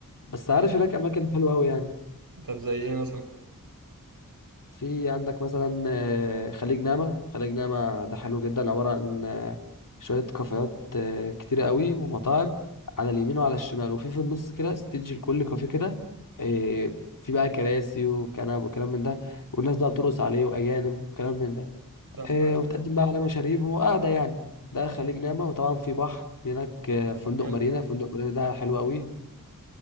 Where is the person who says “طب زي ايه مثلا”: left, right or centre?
Right